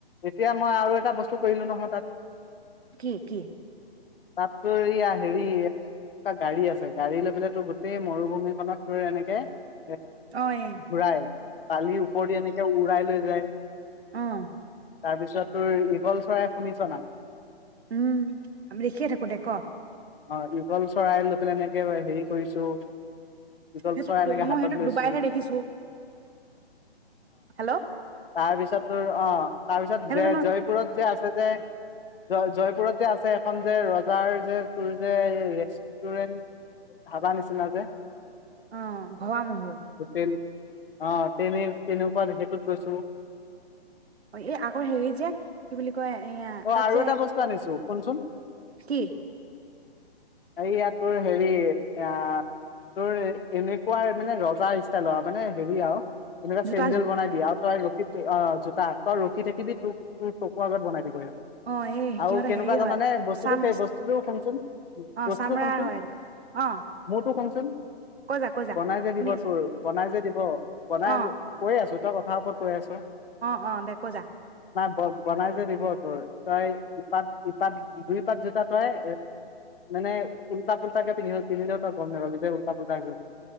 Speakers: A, on the left; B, on the right.
A: এতিয়া মই আৰু এটা বস্তু কৰিলো নহয় তাত
B: কি কি?
A: তাত তোৰয়া হেৰি এনেকুৱা গাড়ী আছে গাড়ী লৈ পেলাই তোৰ গোতেেই মৰুভূমি খত তোৰ এনেকে এ
B: অ' এ
A: ঘূৰাই পালিৰ ওপৰেদি এনেকে উৰাই লৈ যায়।
B: আহ
A: তাৰপিছত তোৰ ইঈঘল চৰাই শুনিছ নাম
B: উম আমি দেখিয়ে থাকো দে ক
A: অ ইগল চৰাই প্লেল এনেকে হেৰি কৰিছো। ঈগল
B: সেইটো
A: চৰাই এনেকে
B: মই
A: হাতত
B: সেইটো
A: লৈছো
B: ডুবাইহে দেখিছো হেল্ল'
A: তাৰপিছত তোৰ অ তাৰপিছত
B: সেইটো
A: যে
B: জানো
A: জয়পুৰত যে আছে যে জ জয়পুৰত যে আছে এখন যে ৰজাৰ যে তোৰ যে ৰেষ্টুৰেন্ট ধাবা নিচিনা যে
B: অ ভোৱামহল।
A: হোটেল অ তেনে তেনেকুৱা সেইটোত গৈছো
B: অ এই আগৰ হেৰি যে কি বুলি কয় এয়া
A: অ
B: তাত
A: আৰু
B: যে
A: এটা বস্তু আনিছো কোনচোন
B: কি
A: এয়া তোৰ হেৰি এ তোৰ এনেকুৱা মানে ৰজাৰ ষ্টাইলৰ মানে হেৰি আৰু এনে এটা
B: জোতাযোৰ
A: চেন্দেল বনাই দিয়ে আৰু তই ৰখি অ জোতা তই ৰখি থাকিবি তোক তোৰ তকুৰ আগত বনাই দিবই আৰু
B: অ এই সিহঁতৰ
A: কেনেকুৱা
B: হেৰি
A: জানানে
B: হয়
A: বস্তুটো
B: চাম
A: স বস্তুটো শুনচোন
B: অ
A: বস্তুটো
B: চামৰাৰ
A: শুনচোন
B: হয় এইটো অ
A: মোৰতো সোনচোন
B: কৈ যা কৈ যা
A: বনাই যে
B: শুনি
A: দিব
B: আছো
A: তোৰ
B: দে
A: বনাই যে দিব বনাই
B: অ
A: কৈ আছো তই কথা কাহ ওপৰত কৈ আছো।
B: অ অ দে কৈ জা
A: অ বনাই যে দিব ত তই ইপাক। ই পাত দুই পাত জোতা তই এ মানে উল্টা পুলতাকে পিন্ধি পিন্ধিলেও তই গম নাপ যে উল্টা পুল্টা হৈ